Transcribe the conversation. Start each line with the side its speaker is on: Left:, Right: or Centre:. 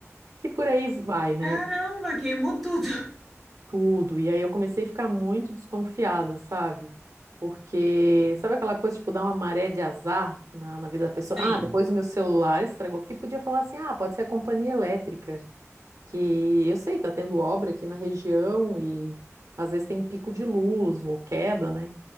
Right: E por aí vai, né?
Centre: Caramba, queimou tudo. <laughs>
Right: Tudo. E aí eu comecei a ficar muito desconfiada, sabe? Porque, sabe aquela coisa, tipo, dar uma maré de azar na, na vida da pessoa?
Centre: Sim,
Right: Ah, depois o meu celular estragou, porque podia falar assim, ah, pode ser a companhia elétrica, que eu sei, tá tendo obra aqui na região e às vezes tem pico de luz ou queda, né?